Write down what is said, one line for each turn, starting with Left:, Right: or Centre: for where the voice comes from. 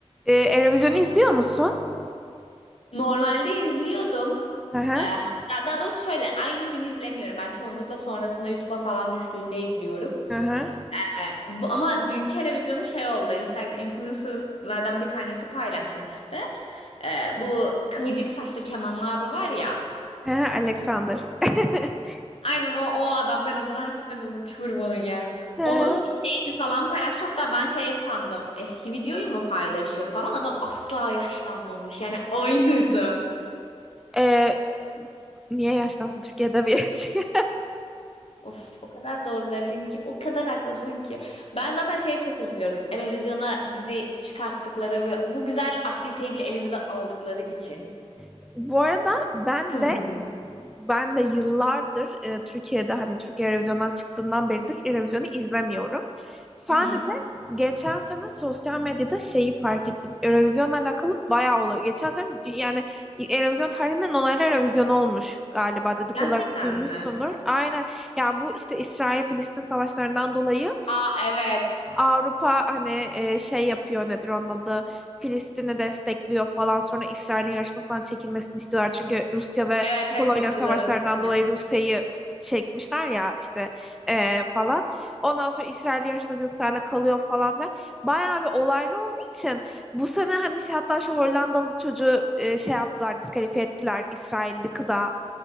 Centre: Ee, Eurovision'u izliyor musun?
Left: Normalde izliyordum.
Centre: Hı hı.
Left: Ee, hatta daha doğrusu şöyle aynı gün izlemiyorum. Ben çoğunlukla sonrasında YouTube'a falan düştüğünde izliyorum.
Centre: Hı hı.
Left: Ee, bu, ama dünkü televizyonu şey oldu. Instagram influencerlardan bir tanesi paylaşmıştı. Ee, bu kıvırcık saçlı Kemal abi var ya.
Centre: Hı hı, Alexander. <laughs>
Left: Aynen o, o adam. Ben adını her seferinde unutuyorum onun ya.
Centre: Hı hı.
Left: Onun şeyini falan paylaşmış. Hatta ben şey sandım. Eski videoyu mu paylaşıyor falan. Adam asla yaşlanmamış. Yani aynısı.
Centre: Ee, niye yaşlansın? Türkiye'de bir yaşıyor.
Left: Of o kadar doğru dedin ki o kadar haklısın ki. Ben zaten şeye çok üzülüyorum. Eurovision'a bizi çıkarttıkları ve bu güzel aktiviteyi bile elimize aldıkları için.
Centre: <laughs> Bu arada ben
Left: Kızgınım.
Centre: de ben de yıllardır e, Türkiye'de hani Türkiye Eurovision'dan çıktığından beridir Eurovision'u izlemiyorum. Sadece
Left: Hı hı.
Centre: geçen sene sosyal medyada şeyi fark ettim. Eurovision'la alakalı bayağı olay. Geçen sene dü- yani Eurovision tarihinden olaylar Eurovision olmuş galiba dedikodularda
Left: Gerçekten
Centre: duymuşsundur.
Left: mi?
Centre: Aynen. Ya bu işte İsrail-Filistin savaşlarından dolayı
Left: Aa evet.
Centre: Avrupa hani e, şey yapıyor nedir onun adı Filistin'i destekliyor falan sonra İsrail'in yarışmasından çekilmesini istiyorlar. Çünkü Rusya ve
Left: Evet evet
Centre: Polonya
Left: hatırladım
Centre: savaşlarından
Left: şimdi.
Centre: dolayı Rusya'yı çekmişler ya işte e, falan. Ondan sonra İsrail yarışmacı ısrarla kalıyor falan filan. Bayağı bir olaylı olduğu için bu sene hani şey hatta şu Hollandalı çocuğu e, şey yaptılar diskalifiye ettiler İsrailli kıza